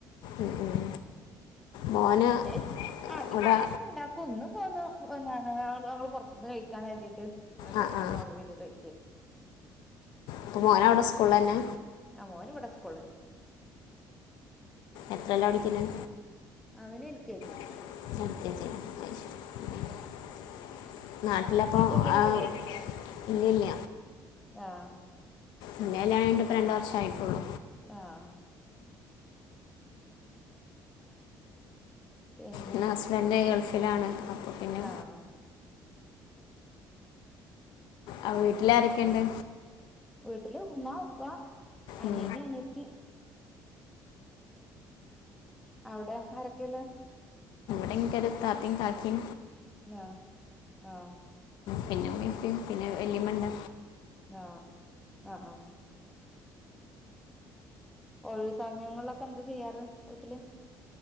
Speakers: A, on the left; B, in the centre.
A: ഉം ഉം മോന്
B: വെള്ളിയാഴ്ച അധികും
A: അവിടെ
B: ഞ ബടെ ണ്ട ന്ന് പോന്നു <unintelligible> പൊർത്ത്ന്ന് കഴിക്കാ ന്ന് കര്തിട്ട് അ
A: ആ
B: പൊർത്ത്ന്ന്
A: ആ
B: ഓർഡർ ചെയ്ത് കഴി കി
A: <unintelligible> അഒടെ സ്കൂൾ തന്നെ?
B: ആഹ് മോൻ ഇവടെ സ്കൂള്ലന്നെ.
A: എത്രല പടിക്ക്ന്നേ?
B: അവന് എൽ കെ ജി
A: <unintelligible> നാട്ട്ലപ്പം
B: നിങ്ങൾക്ക് കുട്ടികളൊക്കെ
A: ആഹ്
B: ഇല്ലേ
A: ഇല്ലില്ല.
B: ആഹ്
A: ൻ്റെ കല്യാണം കഴിഞ്ഞിട്ട് പ്പ രണ്ട് വർഷായിട്ടുള്ളൂ.
B: ആഹ് പിന്നെ
A: ഇൻ്റെ ഹസ്ബൻഡ്
B: എന്തൊക്കെ
A: ഗൾഫിലാണ്. അപ്പോൾ പിന്നെ
B: ആഹ്
A: ആഹ് വീട്ട്ൽ ആരക്കെ ണ്ട്?
B: വീട്ട്ല് ഉമ്മ, ഉപ്പാ അനിയന്,
A: ഉം.
B: അനിയത്തി അഒടെ ആരക്കെള്ളേ?
A: തെൻങ്കെടുക്ക ത്തിം കാക്കിം
B: നോ ആഹ്
A: പിന്നെ മ്മിം ഇപ്പിം പിന്നെ വെല്ലിമണ്ട്.
B: ആഹ് അഹ് ആഹ് ഒഴിവ് സമയങ്ങൾലൊക്കെ എന്ത് ചെയ്യാറ് വീട്ട്ല്?